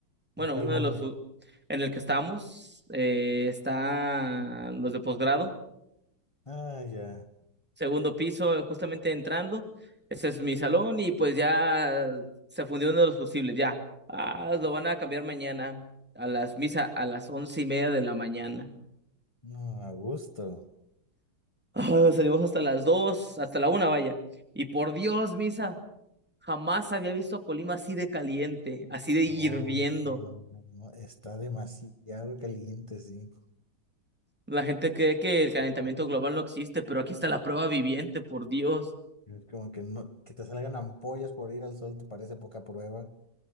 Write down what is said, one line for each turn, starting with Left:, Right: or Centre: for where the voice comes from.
Centre: bueno,
Left: ¿En cuál
Centre: uno
Left: módulo?
Centre: de los u- en el que estamos, eh, están los de posgrado,
Left: Ah, ya.
Centre: segundo piso, eh, justamente entrando. Ese es mi salón y pues ya se fundió uno de los fusibles, ya. Ah, lo van a cambiar mañana a las misa a las once y media de la mañana.
Left: No, a gusto.
Centre: Ah, salimos hasta las dos, hasta la una, vaya. Y por Dios, misa, jamás había visto a Colima así de caliente, así de hirviendo.
Left: No, no, no, no, está demasiado caliente, sí.
Centre: La gente cree que el calentamiento global no existe, pero aquí está la prueba viviente, por Dios.
Left: Es como que no, que te salgan ampollas por ir al sol, te parece poca prueba.